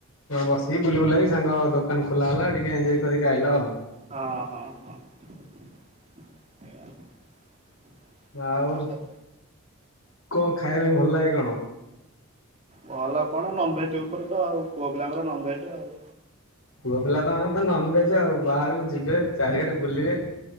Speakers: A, on the left; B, on the right.
A: ହଁ ବସିକି ବୁଲି ବୁଲା କି ସାଙ୍ଗ ଦୋକାନ ଖୋଲା ହେଲା ଟିକେ ଏଞୟ କରିକି ଆଇଲ ଆଉ।
B: ହଁ ହଁ ହଁ। ସାଙ୍ଗ
A: ଆଉ
B: ସା
A: କଣ ଖାଇବା ପାଇଁ ଭଲ ଲାଗେ କଣ?
B: ଭଲ କଣ ନନଭେଜ ଉପରେ ତ ଆଉ ପୁଅ ପିଲାଙ୍କର ନନଭେଜ ଆଉ
A: ପୁଅ ପିଲା ତ ମାନେ ତ ନନଭେଜ ଆଉ ବାହାରକୁ ଯିବେ ଚାରିଆଡେ ବୁଲିବେ।